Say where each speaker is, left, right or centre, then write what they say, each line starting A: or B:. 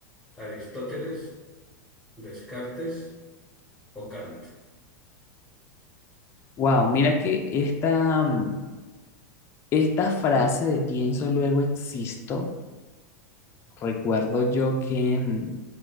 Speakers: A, in the centre; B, on the left (about 25°).
A: Aristóteles, Descartes o Kant.
B: Wow, mira que esta, mm, esta frase de pienso luego existo, recuerdo yo que mm,